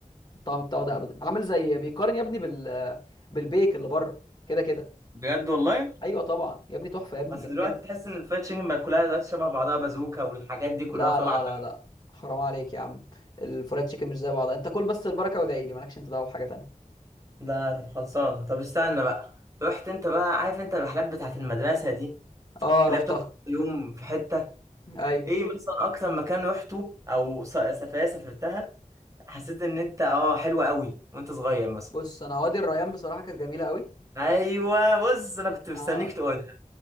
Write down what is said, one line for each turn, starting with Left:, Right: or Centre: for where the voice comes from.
Left: الطعم بتاعه ده ابدا عامل زي بيقارن يا ابني بال بالبيك اللي بره كده كده
Right: بجد والله
Left: ايوه طبعا يا ابني تحفه يا ابني
Right: بس
Left: جامد
Right: دلوقتي
Left: جدا
Right: تحس ان الفرايد تشيكن بقى كلها دلوقتي شبه بعضها بازوكا والحاجات دي كلها
Left: لا
Right: طالعه
Left: لا لا
Right: فاهم
Left: لا حرام عليك يا عم الفرايد تشيكن مش زي بعضها انت كل بس البركه وادعي لي مالكش انت دعوه بحاجه تانية
Right: لا طب خلصانه طب استنى بقى رحت انت بقى عارف انت الرحلات بتاعت المدرسه دي
Left: اه
Right: اللي
Left: رحتها
Right: هي بتروح كل يوم في حته
Left: <laughs> ايوه
Right: ايه مثلا اكتر مكان رحته او س- سفريه سافرتها حسيت ان انت اه حلوة قوي وانت صغير مثلا
Left: بص انا وادي الريان بصراحه كانت جميله قوي
Right: ايوه بص انا كنت مستنيك
Left: اه
Right: تقولها